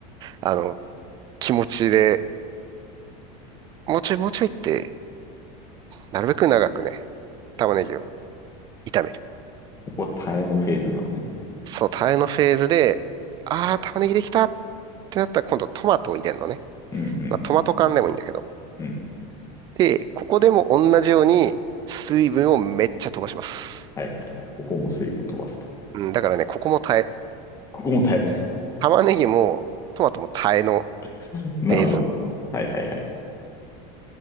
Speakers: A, on the right (about 25°); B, on the left (about 15°).
A: あの、気持ちで、もうちょいもうちょいって、なるべく長くね、玉ねぎを炒める。
B: こは耐えのフェーズなのね。
A: そう、タレのフェーズで、ああ、玉ねぎできたってなったら今度トマトを入れるのね。
B: うん、うん、
A: まあ、トマト缶でもいいんだけど。
B: うん、うん。うん
A: で、ここでも同じように水分をめっちゃ飛ばします。
B: はいはいはい。ここも水分飛ばすと。
A: うん、だからね、ここも耐え、
B: ここも耐え。
A: 玉ねぎもトマトも耐えの
B: <laughs> なるほど。
A: フェーズ。
B: はいはいはい。